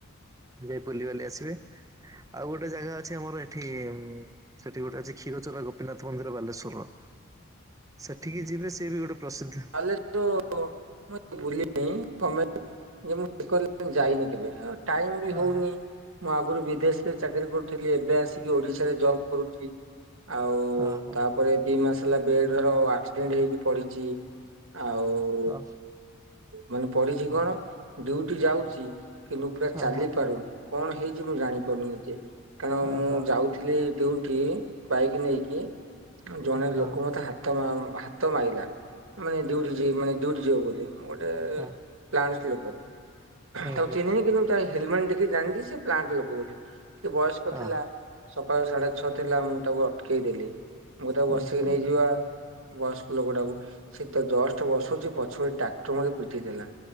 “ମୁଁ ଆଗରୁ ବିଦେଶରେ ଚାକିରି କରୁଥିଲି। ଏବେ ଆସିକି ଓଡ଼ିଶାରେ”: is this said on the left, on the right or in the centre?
Right